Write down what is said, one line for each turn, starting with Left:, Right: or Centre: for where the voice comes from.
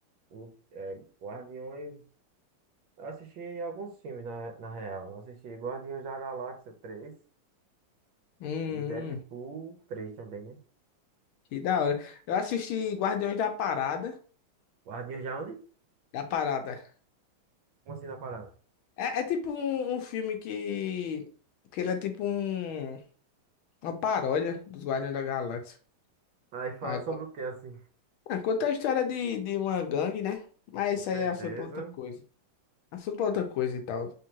Right: o, é, Guardiões. Eu assisti alguns filmes, na, na real. Eu assisti Guardiões da Galáxia 3
Left: hum,
Right: e Deadpool
Left: hum,
Right: 3 também, né?
Left: que da hora. Eu assisti Guardiões da Parada,
Right: Guardiões de onde?
Left: da Parada.
Right: Como assim, na parada?
Left: É, é tipo um, um filme que, que ele é tipo um, uma paródia dos Guardiões da Galáxia.
Right: Aí fala
Left: Aí
Right: sobre
Left: conta,
Right: o que assim?
Left: ah, conta a história de, de uma gangue, né? Mas
Right: Com
Left: isso
Right: certeza.
Left: aí é assunto pra outra coisa. Assunto pra outra coisa e tal.